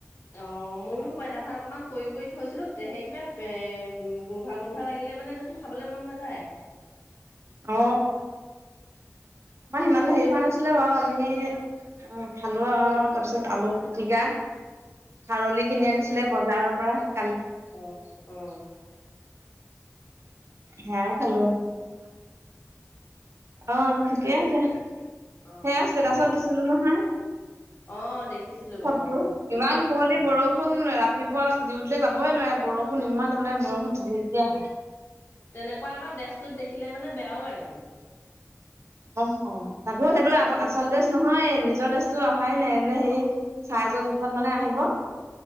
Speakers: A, on the left (about 55°); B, on the right (about 55°).
A: অ' ময়ো পঁইতা ভাত অকমান কৰি কৰি থৈছিলো সেই কিবা এ ', গোন্ধোৱা -গোন্ধোৱা লাগিলে মানে দেখোন খাবলে মন নাযায়।
B: অ আমাৰ সিমান হেৰি হোৱা নাছিলে, বাৰু আমি অ', খালো আৰু তাৰপিছত আলু- পিতিকা, খাৰলি কিনি আনিছিলে বৰ্ত, -- জাৰৰ পৰা, -
A: অহ ', অহ্
B: সেয়াই খালো অ ', ঠিকে
A: ডিউ
B: আছে
A: অ
B: সেয়া
A: অ
B: ষ্টেটেটাচত দিছিলো নহয়।
A: অ দেখিছিলো বাৰু
B: চবটো
A: অ
B: ইমান শুৱলি
A: অ
B: বৰষুণ ৰাতি, - ৰাতিপুৱা ডিউটিলৈ যাবই নোৱাৰে বৰষুণ ইমান, তাৰমানে বৰষুণ যেতিয়া - তেতিয়া আহে।
A: তেনেকুৱা আকৌ ড্ৰেছটোত দেখিলে মানে, বেয়াও লাগে মোৰ।
B: অ', - তাকো সেইটো আচল ড্ৰেছ নহয়, নিজৰ ড্ৰেছটো আহাই নাই এ ', হেৰি চাইজৰ জোখত মানে আহিব।